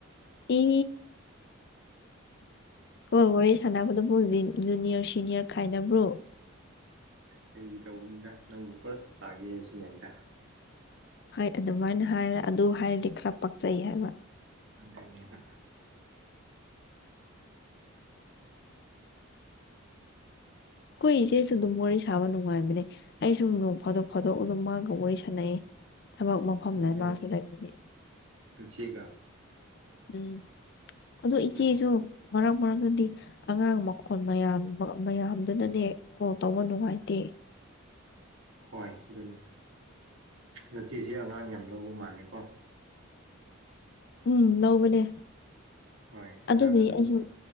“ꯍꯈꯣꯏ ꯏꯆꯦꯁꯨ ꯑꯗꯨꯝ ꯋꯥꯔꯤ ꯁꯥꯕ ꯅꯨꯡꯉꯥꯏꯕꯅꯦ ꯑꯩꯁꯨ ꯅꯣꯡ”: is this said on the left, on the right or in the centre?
Left